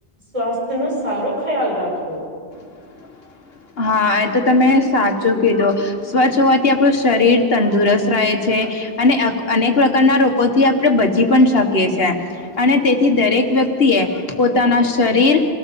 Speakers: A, on the right; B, on the left.
A: સ્વાસ્થ્યનો સારો ખ્યાલ રાખવો.
B: <inaudible> હા એ તો તમે સાચું કીધું સ્વચ્છ હોવાથી આપણું શરીર તંદુરસ્ત રહે છે, અનેક પ્રકારના રોગથી આપણે બચી પણ શકી છીએ અને તેથી દરેક વ્યક્તિ એ પોતાના શરીર